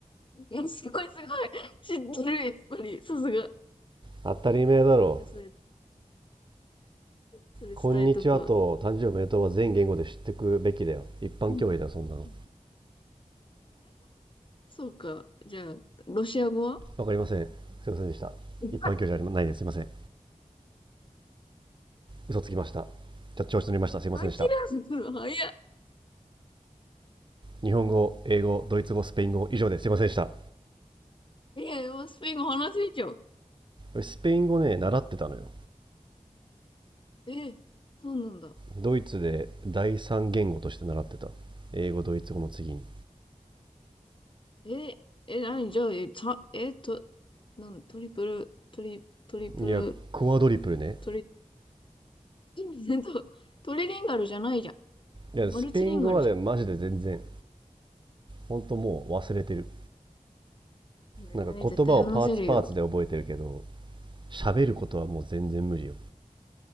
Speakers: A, on the left; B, on the right.
A: いや、すごいすごい。知ってる、やっぱり。さすが。
B: 当たり前だろ。
A: じゃあ、それ、それ、
B: こんにちはと誕生日おめでとうは全言語で知ってくべきだよ。
A: 伝えとくわ。
B: 一般教養だよ、
A: うん。
B: そんなの。
A: <laughs> そうか。じゃあ、ロシア語は
B: わかりません。すいませんでした。
A: <laughs>
B: 一般教養じゃないです。すいません。嘘つきました。じゃ調子乗りました。すいませんでした。
A: 諦めるの早い。
B: 日本語、英語、ドイツ語、スペイン語、以上です。すいませんでした。
A: いや、スペイン語話せんじゃん。
B: スペイン語ね、習ってたのよ。
A: え、そうなんだ。
B: ドイツで第三言語として習ってた。英語、ドイツ語の次に。
A: え、え、なにじゃあ、え、た、え、と、なん、トリプル、トリ、トリプル、
B: いや、クワドリプルね。
A: トリ <laughs> うんとトリリンガルじゃないじゃん。
B: いや、
A: マルチリンガルじ
B: スペイン語はね、マジで全然、ほんともう忘れてる。
A: ゃん。
B: なんか言葉をパーツパーツで覚えてるけど
A: えー、絶対話せるよ。
B: 喋ることはもう全然無理よ。